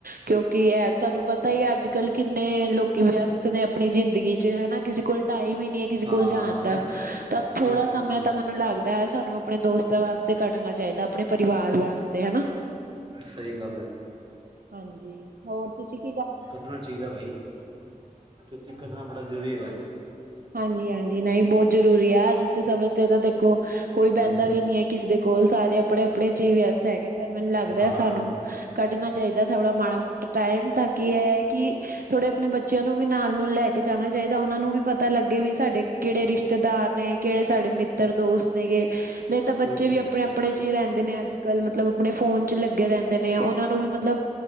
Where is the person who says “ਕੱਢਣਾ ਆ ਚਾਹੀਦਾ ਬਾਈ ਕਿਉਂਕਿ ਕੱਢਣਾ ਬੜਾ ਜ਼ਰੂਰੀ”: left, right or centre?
Right